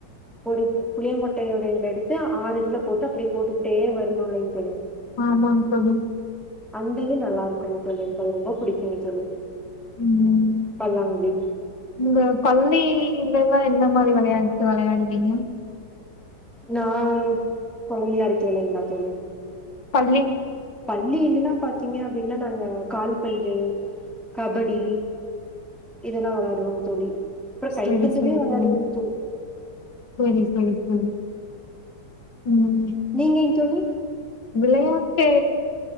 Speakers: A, in the centre; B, on the left.
A: ஒரு புளியங்கொட்டையுடையில எடுத்து ஆறு இதுல போட்டு அப்டியே போட்டுக்கிட்டே வரணு இல்லைங்க தோழி
B: ஆமாங்க தோழி
A: அந்த இது நல்லாருக்குங்க தோழி எனக்கு அது ரொம்ப புடிக்குங்க தோழி
B: ம்
A: பல்லாங்குழி
B: உங்க பள்ளி லலா எந்த மாரி வெளையாட்டு வெளையாடுவீங்க
A: நா கொழந்தையா இருக்கையிலைங்க தோழி
B: பள்ளி
A: பள்ளிலிலா பாத் திங்க அப்டின்னா நாங்க கால்பந்து கபடி இதுல்லா விளையாடுவோங்க தோழி அப்றோ
B: செரி
A: கைப்பந்துமே
B: செரி
A: வெளாடுவோங்க
B: தோழி செரி செரி தோழி உம்
A: நீங்கங் தோழி
B: விளையாட்டு